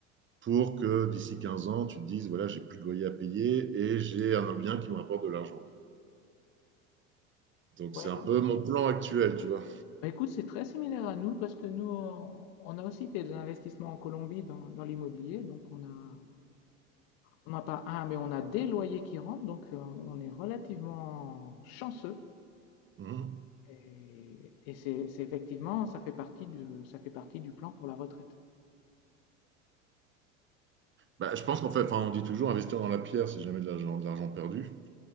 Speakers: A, on the right; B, on the left.
A: pour que d'ici 15 ans, tu te dises, voilà, j'ai plus de loyer à payer et j'ai un bien qui me rapporte de l'argent. Donc
B: ouais,
A: c'est un
B: nous.
A: peu mon plan actuel, tu vois.
B: Bah, écoute, c'est très similaire à nous parce que nous, on, on a aussi fait des investissements en Colombie dans, dans l'immobilier. Donc, on a, on n'a pas un, mais on a des loyers qui rentrent. Donc, euh, on est relativement chanceux.
A: Mhm.
B: Et, et c'est, c'est effectivement, ça fait partie du, ça fait partie du plan pour la retraite.
A: Bah, je pense qu'en fait, enfin, on dit toujours investir dans la pierre, c'est jamais de l'argent, de l'argent perdu.